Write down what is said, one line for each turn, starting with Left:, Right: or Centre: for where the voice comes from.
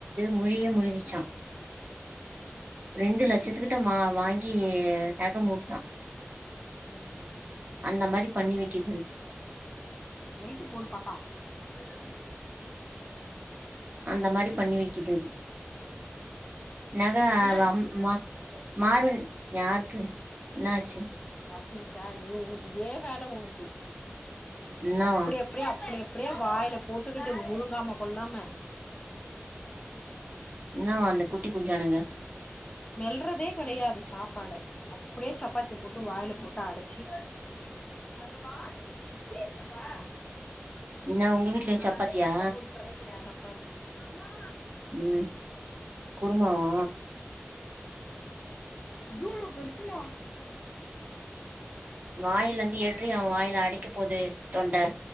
Right: முழியே முழுகிச்சான் ரெண்டு லட்சத்துக்கிட்ட மா வாங்கி நகை மூட்னா
Left: உம்
Right: அந்த மாரி பண்ணி வைக்குது
Left: லைட்டு போடுப்பாப்பா. <unintelligible> உம்.
Right: அந்த மாரி பண்ணி வைக்குது அது. நக
Left: என்ன
Right: அவ
Left: ஆச்சு
Right: அம்மா மாருவட யாருக்கு என்ன ஆச்சு.
Left: அரச்சிக்கிச்சா நீ உனக்கு இதே வேல உனக்கு.
Right: என்னாவா
Left: அப்படி அப்படியே அப்படி அப். அப்படியே வாயில போட்டுக்கிட்டு முழுங்காம கொள்ளாம.
Right: என்னவா அந்த குட்டி குஞ்சானுங்க.
Left: மெல்றதே கிடையாது சாப்பாட அப்படியே சப்பாத்தி போட்டு வாயில போட்டு அடைச்சு. அதுல வாந்தி துப்பி இருக்கும்மா.
Right: என்னா உங்க வீட்ல
Left: அத
Right: சப்பாத்தியா
Left: அப்படியே மேட்டு போட்டு தொடைக்குற. பசிக் அம்மா.
Right: உம். குருமாவா.
Left: இவ்விவ்வலோ பெருசுமா. <inaudible>
Right: வாயிலருந்து எடுடி அவ வாயில அடைக்க போது. தொண்ட.